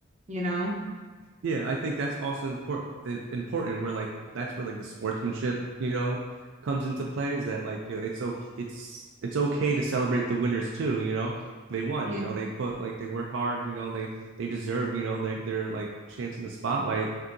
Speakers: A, on the right (about 35°); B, on the right (about 65°).
A: You know?
B: Yeah, I think that's also important important where like that's where like the sportsmanship, you know, comes into play is that like you know, it's okay it's it's okay to celebrate the winners too, you know. They won,
A: Yeah.
B: you know, they put like they worked hard, you know, they they deserve, you know, like their like chance in the spotlight.